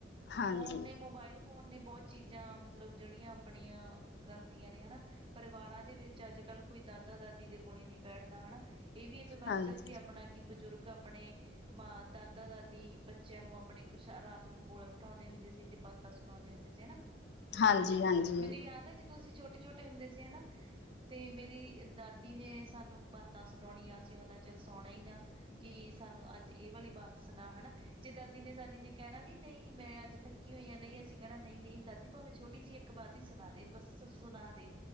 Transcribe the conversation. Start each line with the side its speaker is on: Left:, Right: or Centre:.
Left: ਹਾਂਜੀ,
Right: ਫੋਨ ਨੇ ਮੋਬਾਇਲ ਫੋਨ ਨੇ ਬਹੁਤ ਚੀਜ਼ਾਂ, ਮਤਲਬ ਜਿਹੜੀਆਂ ਆਪਣੀਆਂ ਕਰਤੀਆਂ ਨੇ ਹਨਾ। ਪਰਿਵਾਰਾਂ ਦੇ ਵਿੱਚ ਅੱਜ-ਕੱਲ ਕੋਈ ਦਾਦਾ-ਦਾਦੀ ਦੇ ਕੋਲੇ ਨੀ ਬੈਠਦਾ ਹਣਾ। ਇਹ ਵੀ ਇੱਕ ਕਲਚਰ
Left: ਹਾਂਜੀ,
Right: ਸੀ ਆਪਣਾ ਕਿ ਬਜ਼ੁਰਗ, ਆਪਣੇ ਮਾਂ, ਦਾਦਾ, ਦਾਦੀ ਬੱਚਿਆਂ ਨੂੰ ਆਪਣੇ ਰਾਤ ਨੂੰ ਕੋਲੇ ਬਿਠਾਉਂਦੇ ਹੁੰਦੇ ਸੀ ਤੇ, ਬਾਤਾ ਸੁਣਾਉਂਦੇ ਹੁੰਦੇ ਸੀ, ਹਨਾ।
Left: ਹਾਂਜੀ, ਹਾਂਜੀ।
Right: ਮੈਨੂੰ ਯਾਦ ਹੈ ਜਦੋਂ ਅਸੀਂ ਛੋਟੇ-ਛੋਟੇ ਹੁੰਦੇ ਸੀ ਹਨਾ, ਤੇ ਮੇਰੀ ਦਾਦੀ ਨੇ ਸਾਨੂੰ ਬਾਤਾਂ ਸੁਣਾਉਣੀਆਂ ਸੀਂ ਉਹਨਾ ਚੇਰ ਸੋਣਾ ਹੀ ਨਾ, ਕਿ ਸਾਨੂੰ ਅੱਜ ਇਹ ਵਾਲੀ ਬਾਤ ਸੁਣਾ ਹਨਾ ਜੇ ਦਾਦੀ ਨੇ ਸਾਡੀ ਨੇ ਕਹਿਣਾ ਵੀ ਨਹੀਂ, 'ਮੈਂ' ਅੱਜ ਥੱਕੀ ਹੋਈ ਹਾਂ ਨਹੀਂ ਅਸੀਂ ਕਹਿਣਾ, ਨਹੀਂ-ਨਹੀਂ ਦਾਦੀ ਭਾਵੇਂ ਛੋਟੀ ਜਿਹੀ ਇੱਕ ਬਾਤ ਹੀ ਸੁਣਾਦੇ, ਬਸ ਸੁਣਾਦੇ